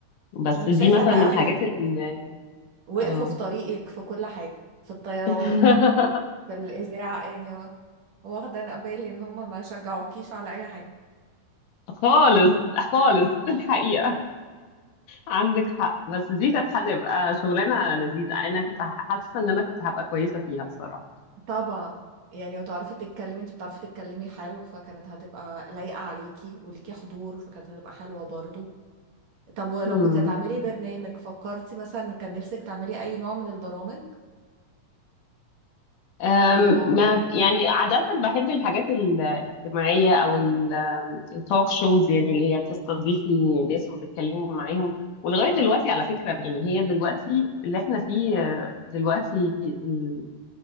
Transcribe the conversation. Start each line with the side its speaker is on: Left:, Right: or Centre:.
Left: بس
Right: انا
Left: دي
Right: شايفه
Left: مثلا
Right: ان اهلك
Left: من الحاجات اللي
Right: وقفوا
Left: اه
Right: في طريقك في كل حاجه في الطيران
Left: <laughs>
Right: في الاذاعه يعني وا- واخده بالي ان هم ما شجعوكيش على اي حاجه
Left: خالص خالص الحقيقة عندك حق بس دي كانت هتبقى شغلانة لذيذة أنا كنت ح- حاسة إن أنا كنت هبقى كويسة فيها بصراحة
Right: طبعا يعني وتعرفي تتكلمي انت بتعرفي تتكلمي حلو فكانت هتبقى لايقة عليكي وليكي حضور فكانت هتبقى حلوة برضو طب ولو
Left: امم
Right: كنت هتعملي برنامج فكرتي مثلا كان نفسك تعملي اي نوع من البرامج
Left: أم،
Right: ولا عمرك
Left: ما يعني عادة بحب الحاجات الاجتماعية أو التوك شوز يعني اللي هي بتستضيفي ناس وتتكلمي معاهم ولغاية دلوقتي على فكرة يعني هي دلوقتي اللي احنا فيه آه، دلوقتي ال-